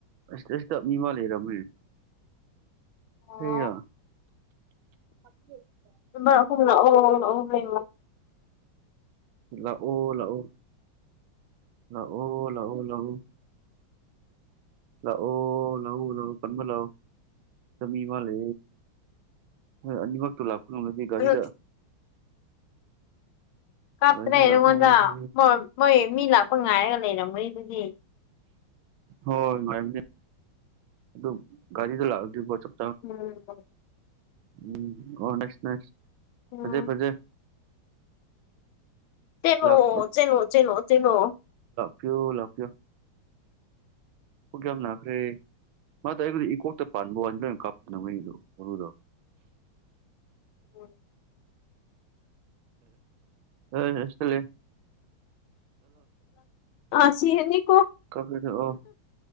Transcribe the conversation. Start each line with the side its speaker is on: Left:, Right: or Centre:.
Right: ꯁꯁ ꯃꯤꯃ ꯂꯩ ꯍꯔꯝꯣꯏ
Left: ꯑꯣ
Right: ꯍ ꯑ
Left: ꯍ ꯑꯣ ꯎ ꯂꯩ
Right: ꯂꯥꯛꯑꯣ ꯂꯥꯛꯑꯣ ꯂꯍ ꯂꯎ ꯂꯑꯣ ꯂꯑꯣ ꯂꯍꯎ ꯂꯍꯎ ꯀꯟꯃ ꯂ ꯆꯃꯤ ꯃꯥꯂꯦ ꯍꯣꯏ ꯑꯅꯤꯃꯛꯇꯣ ꯂꯥꯛꯄ ꯉꯝꯃꯗꯤ ꯒꯥꯔꯤꯗ
Left: ꯑꯗꯨ ꯀꯥꯞꯇ꯭ꯔꯦ
Right: ꯒꯥꯔꯤꯗ ꯂꯥꯛꯄ
Left: ꯅꯉꯣꯟꯗ
Right: ꯉꯝꯂꯗꯤ
Left: ꯃꯣꯏ ꯃꯤ ꯂꯥꯛꯄ ꯉꯥꯏꯔꯒ ꯂꯩꯔꯝꯒꯅꯤ ꯑꯗꯨꯒꯤ
Right: ꯍꯣꯏꯣꯏ ꯑꯗꯨ ꯒꯥꯔꯤꯗ ꯂꯥꯛꯑꯣ ꯄ ꯆ
Left: ꯎꯝ
Right: ꯎꯝ ꯑꯣ ꯅꯁ ꯅꯁ
Left: ꯎꯝ
Right: ꯐꯖꯩ ꯐꯖꯩ
Left: ꯇꯅꯣ
Right: ꯂꯥꯛ
Left: ꯆꯩꯅꯣ ꯆꯩꯅꯣ ꯆꯅꯣ
Right: ꯀꯨ ꯂ ꯀꯌꯨ ꯑꯣ ꯀꯌꯥꯕꯅ ꯐꯔꯦ ꯃꯥ ꯇ ꯑꯩꯕꯨꯗꯤ ꯏꯀꯣꯛꯇ ꯄꯥꯟꯕ ꯋꯥꯅꯤ ꯂꯣꯏꯅ ꯀꯥꯞꯄꯅ ꯃꯩꯗꯨ ꯃꯔꯨꯗꯣ
Left: ꯍ
Right: ꯎ ꯎꯂꯦ
Left: ꯑ ꯁꯤ ꯍꯅꯤ
Right: ꯀ ꯐ ꯑꯣ